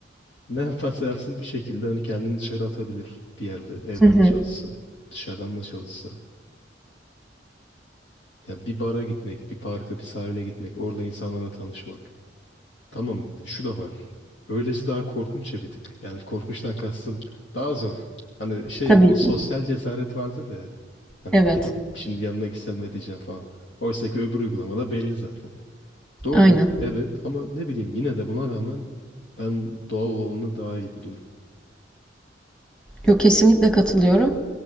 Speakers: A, on the left (about 80°); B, in the centre.
A: ne yaparsa yapsın bir şekilde hani kendini dışarı atabilir bir yerde. Evden
B: Hı hı.
A: de çalışsa, dışarıdan da çalışsa. Yani bir bara gitmek, bir parka, bir sahile gitmek, orada insanlarla tanışmak. Tamam, şu da var. Öylesi daha korkunç ya bir tık. Yani korkunçtan kastım daha zor. Hani şey,
B: Tabii
A: o sosyal
B: ki.
A: cesaret vardır ya. Hani
B: Evet,
A: gidip şimdi yanına gitsem ne diyeceğim falan. Oysa ki öbür uygulamada belli zaten. Doğru,
B: aynen.
A: evet ama ne bileyim yine de buna rağmen ben doğal olanı daha iyi buluyorum.
B: Yok kesinlikle katılıyorum.